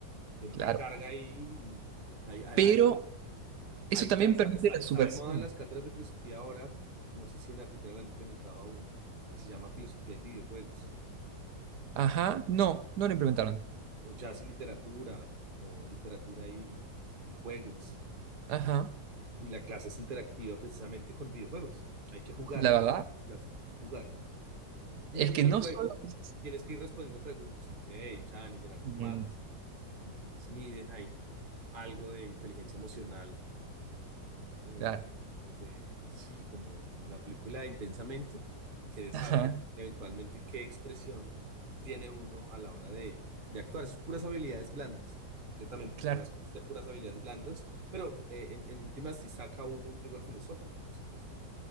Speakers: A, on the right (about 30°); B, on the right (about 70°).
A: tiene
B: claro.
A: una carga ahí, y ahí, ahí,
B: Pero
A: ahí-
B: eso
A: ahí
B: también
A: ya está,
B: permite
A: está,
B: la
A: está
B: subversión.
A: de moda en las cátedras de filosofía ahora, no sé si en Argentina lo han implementado aún, que se llama filosofía y videojuegos,
B: Ajá, no, no lo implementaron.
A: o jazz y literatura, o literatura y, y juegos.
B: Ajá,
A: Y la clase es interactiva precisamente con videojuegos. Hay que jugar
B: la
A: para
B: verdad
A: clase, hay que jugar. Y
B: es
A: dentro
B: que no
A: del juego
B: solo es-
A: tienes que ir respondiendo preguntas como que, hey, Chan, y llenar formatos
B: Mm,
A: y, y como que ellos miden ahí algo de inteligencia emocional eh,
B: Claro,
A: o de, sí, como, como la película de Intensamente, quieres
B: ajá,
A: saber eventualmente qué expresión tiene uno a la hora de, de actuar. Es puras habilidades blandas, completamente,
B: claro,
A: son las cosas de puras habilidades blandas, pero eh, en, en últimas sí saca uno un rigor filosófico, por supuesto.